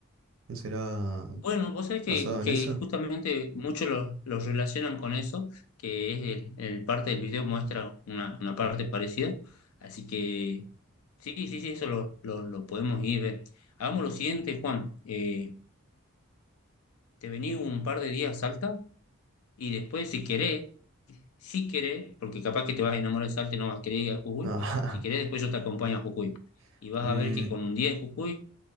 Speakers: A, on the right; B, on the left.
A: ¿No será
B: Bueno, vos sabés
A: basado
B: que,
A: en
B: que
A: eso?
B: justamente muchos los los relacionan con eso, que es el, el parte del video muestra una, una parte parecida. Así que Sí, sí, sí, eso lo, lo, lo podemos ir ver. Hagamos lo siguiente, Juan. eh, te venís un par de días a Salta y después, si querés, si querés, porque capaz que te vas a enamorar de Salta y no vas a querer ir a Jujuy,
A: Ah,
B: si querés, después yo te acompaño a Jujuy.
A: <laughs>
B: Y vas
A: mm,
B: a ver que con un día en Jujuy